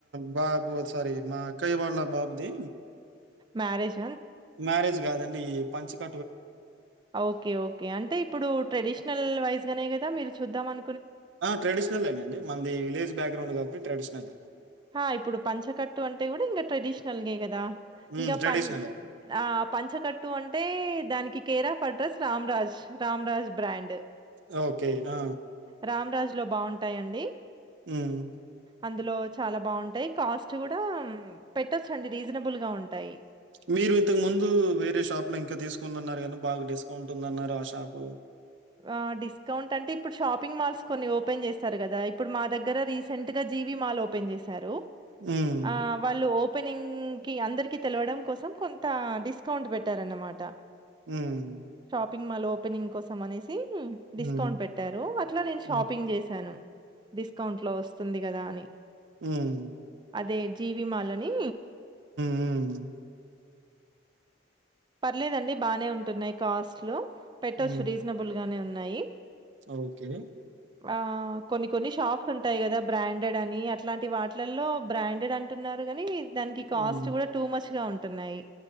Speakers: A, on the right; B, on the right.
A: బా బు ఓ సారీ మా అక్కయ్య వాళ్ళ బాబుదీ
B: మ్యారేజ్
A: మ్యారేజ్ కాదండి పంచెక
B: ఓకే ఓకే అంటే ఇప్పుడు ట్రెడిషనల్ వైజ్ గానే క దా మీరు చూద్దాం అ
A: ఆ ట్రెడిషనలేనండి మన్ది విలేజ్ బ్యాక్గ్రౌండ్ కాబట్టి ట్రేడిషనలే.
B: హా ఇప్పుడు పంచెకట్టు అంటే కూడ ఇంక ట్రెడిషనల్ గే కదా.
A: హ్మ్.
B: ఇంక
A: ట్రెడిషనలే.
B: పం ఆ పంచెకట్టు అంటే దానికి కేరా ఫడ్రస్ రామ్ రాజ్, రామ్ రాజ్ బ్రాండ్
A: ఆ ఓకే ఆ
B: రామ్ రాజ్ లో బాగుంటాయండి.
A: మ్మ్
B: అందులో చాలా బాగుంటాయి కాస్ట్ కూడా పెట్టొచ్చండి రీజనబుల్ గా ఉంటాయి.
A: మీరు ఇంతకు ముందు వేరే షాప్ లో ఇంకా తీసుకొనన్నారు కానీ బాగా డిస్కౌంట్ ఉందన్నారు ఆ షాపు
B: ఆ డిస్కౌంట్ అంటే ఇప్పుడు షాపింగ్ మాల్స్ కొన్ని ఓపెన్ చేస్తారు గదా, ఇప్పుడు మా దగ్గర రీసెంట్ గా జీ వి మాల్ ఓపెన్ చేశారు.
A: హ్మ్.
B: ఆ వాళ్ళు ఓ పెనింగ్ కి అందరికి తెలవడం కోసం కొంత డిస్కౌంట్ పెట్టారన్నమాట.
A: మ్మ్
B: పింగ్ మాల్ ఓపెనింగ్ కో మనేస్ సి డిస్కౌంట్
A: హ్మ్.
B: పెట్టారు అట్ల నేను
A: హ్మ్.
B: షాపింగ్ చేశాను. డిస్కౌంట్ లో వస్తుంది గదా అని
A: హ్మూ
B: దే జీ వి మాల్ అనీ
A: హ్మ్.
B: పర్లేదండి బానే ఉంటున్నాయి కాస్ట్లో. పెట్టచ్చు
A: హ్మ్.
B: రీజనబుల్ గానే ఉన్నాయి
A: ఓకే.
B: ఆ కొన్ని కొన్ని షాప్స్ ఉంటాయి కదా బ్రాండెడ్ అని అట్లాంటి వాటిలల్లో బ్రాండెడ్ అంటున్నారు కాని దానికి కాస్ట్
A: హ్మ్.
B: కూడా టూ మచ్ గా ఉం టున్నయ్